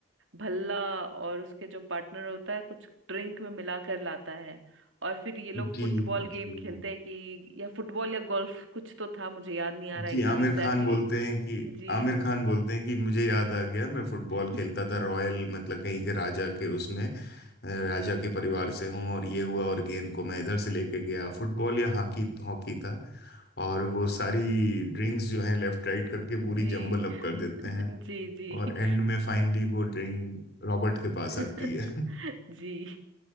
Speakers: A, on the right; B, on the left.
A: भल्ला और उसके जो पार्टनर होता है कुछ ड्रिंक में मिला कर लाता है और फिर ये लोग
B: जी
A: फुटबॉल
B: जी
A: गेम खेलते हैं कि या फुटबॉल या गोल्फ कुछ तो था मुझे याद नहीं आ रहा
B: जी
A: है गेम
B: आमिर
A: एग्जैक्टली
B: खान बोलते हैं कि
A: जी
B: आमिर खान बोलते हैं कि मुझे याद आ गया मैं फुटबॉल
A: <laughs>
B: खेलता था रॉयल मतलब कहीं के राजा के उसमें अ, राजा
A: जी
B: के परिवार से हूँ और ये हुआ और गेंद को मैं इधर से लेके गया फुटबॉल या हॉकी हॉकी था और वो सारी ड्रिंक्स जो है लेफ्ट राइट करके
A: जी
B: पूरी जम्बल अप
A: <laughs>
B: कर देते हैं
A: जी जी
B: और एंड में फाइनली वो ड्रिंक रॉबर्ट के पास
A: <laughs>
B: आती है <laughs>
A: जी